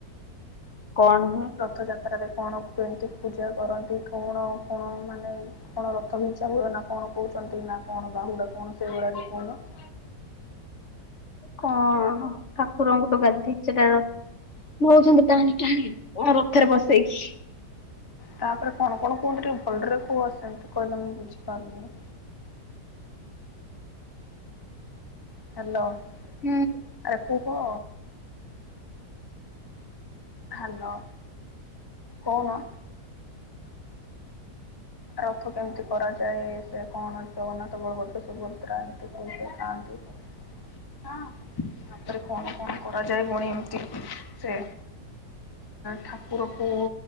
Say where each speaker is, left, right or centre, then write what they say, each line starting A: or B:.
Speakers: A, on the left; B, on the left.
A: କଣ ହୁଏ?
B: ରଥଯାତ୍ରାରେ କଣ କୁହନ୍ତି ପୂଜା କରନ୍ତି କଣ <unintelligible> କଣ ମାନେ କଣ ରଥ <unintelligible> ହୁଏ ନା କଣ କହୁଛନ୍ତି ନା କଣ ବାହୁଡା କଣ ସେଇଭୁଡ <unintelligible>
A: କଣ ଠାକୁରଙ୍କୁ ତ ଗାଧେଇକି <unintelligible> ହଉଛନ୍ତି ଟାଣି ଟାଣି ରଥ <unintelligible>
B: ତାପରେ କଣ କଣ କୁହୁନ୍ତି ଭଲରେ କହୁ ସେମିତି କହିଲେ ମୁଁ ବୁଝିପାରୁନି। ହ୍ୟାଲୋ ଆରେ
A: ହୁଁ।
B: କୁ କହ? ହ୍ୟାଲୋ କହୁନ?
A: ହୁଁ।
B: ରଥ କେମିତି କରାଯାଏ ସେ <unintelligible> <unintelligible> ତାପରେ କଣ କଣ କରାଯାଏ ପୁଣି ଏମିତି ସେ ଠାକୁରକୁ